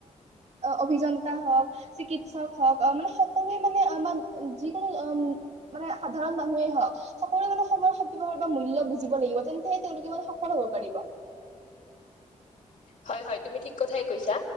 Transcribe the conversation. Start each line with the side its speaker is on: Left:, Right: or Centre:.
Right: অভিযন্তা হওক। চিকিৎসক হওক মানে সকলোৱে মানে আমাক যিকোনো উম মানে সাধাৰণ মানুহেই হওঁক। সকলোৱে মানে সময়ৰ সৎব্যৱহাৰ বা মূল্য বুজিব লাগিব তেন্তেহে তেওঁলোকে সফল হব পাৰিব।
Left: হয়, হয় তুমি ঠিক কথাই কৈছা।